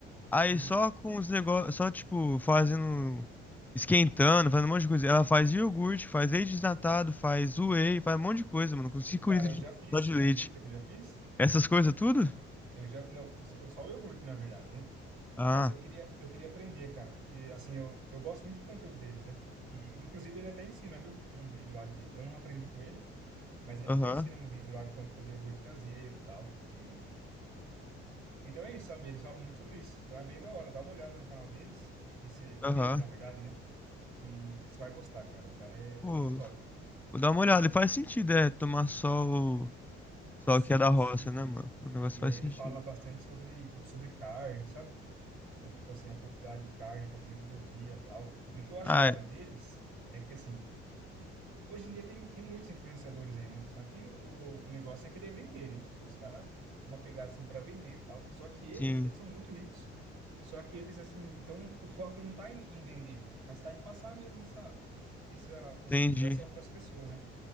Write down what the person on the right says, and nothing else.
uhum.
Cara,
eu já
fiz.
Acredita que eu já fiz?
Eu já. Não, só, só o iogurte, na verdade, né?
Mas eu queria, eu queria aprender, cara, porque assim, eu, eu gosto muito do conteúdo deles, né? E, inclusive, ele até ensina, viu? Um vídeo lá de. Eu não aprendi com ele, mas ele
até ensina um vídeo lá de como fazer iogurte caseiro e tal. E. Então é isso, sabe? Eles falam muito sobre isso. Então é bem da hora. Dá uma olhada no canal deles. E se,
dele, na verdade, né? Que, que você vai gostar, cara. O cara é
é bem top.
Sim,
sim.
E
aí ele
fala bastante sobre, tipo, sobre carne, sabe? Então, tipo assim, a quantidade de carne para comer todo dia, tal. E o que eu acho
da hora
deles é que assim, hoje em dia tem, tem muitos influenciadores aí, né? Só que o, o negócio é querer vender, né? Então os caras uma pegada assim para vender, tal. Só que eles,
eles são muito ricos. Só que eles assim, então o foco não tá em, em vender, mas tá em passar mesmo essa essa conscientização
para as pessoas, né?